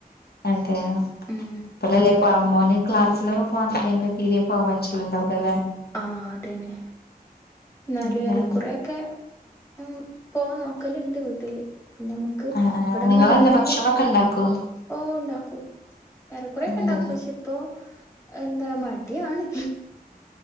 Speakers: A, on the left; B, on the left.
A: അതെയൊ
B: ഉം
A: ഇപ്പളല്ലേ ഇപ്പ അമ്മോൻ ക്ലാസിലൊ <unintelligible> തീരെ പോവാൻ പറ്റലുണ്ടാവൂല ലേ
B: ആഹ് അതന്നെ ഇന്നാലു
A: അതെ
B: ഏറെക്കുറേയൊക്കെ. ഉം പോവാൻ നോക്കല്ണ്ട് വീട്ടില്. പിന്നെ നമ്മക്ക്
A: ആഹ് ആഹ്
B: ഇവിടെങ്ങനെ
A: നിങ്ങളന്നെ
B: നിക്കുമ്പോ.
A: ഭക്ഷണൊക്കെ ഇണ്ടാക്കോ
B: ഓ ഉണ്ടാക്കും ഏറെക്കുറേക്കെ
A: അതെ
B: ഉണ്ടാക്കും പക്ഷേ ഇപ്പൊ. എന്താ മടിയാണ്.